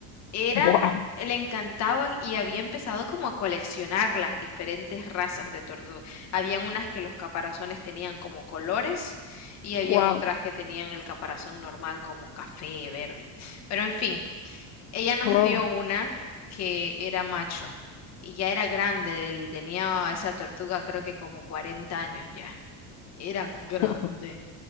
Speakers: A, on the left; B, on the left.
A: Eran,
B: Wow,
A: le encantaban y había empezado como a coleccionar las diferentes razas de tortugas. Habían unas que los caparazones tenían como colores y habían
B: wow,
A: otras que tenían el caparazón normal como café, verde. Pero en fin, ella nos
B: wow.
A: dio una que era macho y ya era grande, él tenía esa tortuga creo que como 40 años ya, era grande.
B: <laughs>